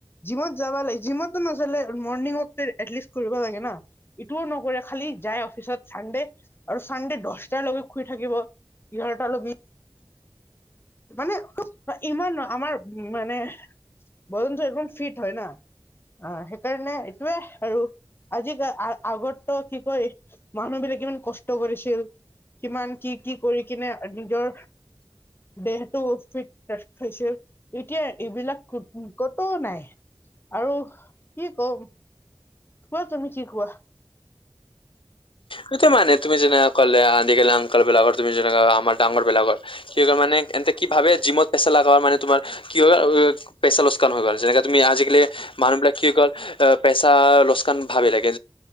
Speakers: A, on the left (about 25°); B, on the left (about 75°).
A: জিমত যাবা লাগে জিমটো নাজালে মৰ। মৰ্নিংৱৰ্কটো এতলিষ্ট কৰিব লাগে না। ইটোও নকৰে খালি যায় অফিচত চানডে আৰু চানডে দছটালৈকে শুই থাকিব। ইঘাৰটালকি মানে উ ইমান আমাৰ উ মানে। বদনটো একদম ফিট হয় না অ সেইকাৰণে এইটোৱে আৰু। আজিকা আ আগতো কি কয় মানুহ বিলাক ইমান কষ্ট কৰিছিল। কিমান কি কি কৰি কিনে নিজৰ। দেহটো ফিট হৈছে এতিয়া এইবিলাক কতও নাই। আৰু কি কম খোৱা তুমি কি খোৱা?
B: সেইটো মানে তুমি যেনেক ক'লে আজিকালি অংকল বিলাকৰ তুমি যেনো আমাৰ ডাঙৰ বিলাকৰ কি কয় মানে। এন্তে কি ভাবে জিমত পেচা লগ মানে তোমাৰ কি হয় পেচা লোকচান হৈ গ'ল যেনেকে তুমি আজিকালি মানো বিলাক অকল পেচা লাগে ভাবি থাকে,